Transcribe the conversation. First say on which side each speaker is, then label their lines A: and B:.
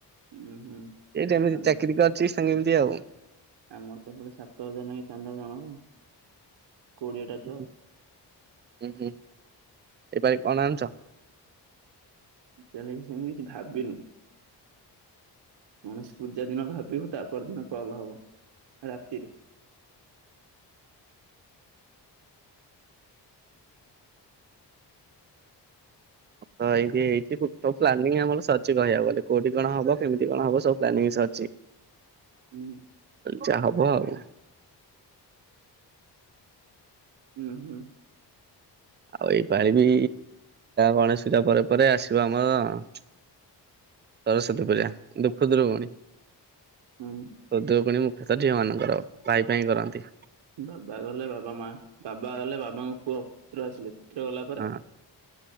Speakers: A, on the right; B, on the right.
A: ହୁଁ ହୁଁ
B: ଏଇଠି ଏମିତି
A: ଆମତ
B: ଚାକିରି
A: ଏ ତ
B: କରିଛି ସାଙ୍ଗେ ଏମିତି ଆଉ।
A: ଆମର ତ ବୋଲେ ସାତ ହଜାର ନାଖେ ଚାନ୍ଦା ଜଣକା। କୋଡିଏଟା
B: ହୁଁ
A: ଛୁଆ
B: ହୁଁ ହୁଁ ହୁଁ ଏପାଳି କଣ ଆଣୁଚ।
A: ଚାଲେ ସେମିତି ଭାବିବିନୁ ଗଣେଷ ପୂଜା ଦିନ ଭାବିବୁ ତାପର ଦିନ କଲ୍ ହବ ରାତିରେ।
B: ହଁ ଏମିତି ହେଇଛି ସବୁ ପ୍ଲାନିଙ୍ଗ ଆମର ସରିଚି କହିବାକୁ ଗଲେ କୋଉଠି କଣ ହବ କେମିତି କଣ ହବ ସବୁ ପ୍ଲାନିଙ୍ଗ ସରଚି।
A: ହୁଁ।
B: ଯାହା ହବ ଆଉ।
A: ହୁଁ ହୁଁ।
B: ଆଉ ଏଇପାଳିିବି ଗଣେଶ ପୂଜା ପରେ ପରେ ଆସିବ ଆମର। ସରସ୍ଵତୀ ପୂଜା ପୁଣି ଖୁଦୁରୁକୁଣୀ। ଖୁଦୁରୁକୁଣୀ
A: ହୁଁ
B: ମୁଖ୍ୟତଃ ଝିଅ ମାନଙ୍କର ଭାଇ ପାଇଁ କରନ୍ତି।
A: ବାବା ଗଲେ ବାବା ମା ବାବା ଗଲେ ବାବାଙ୍କ ପୁଅ ପୁତ୍ର ଆସିଲେ। ପୁତ୍ର ଗଲା ପରେ
B: ହଁ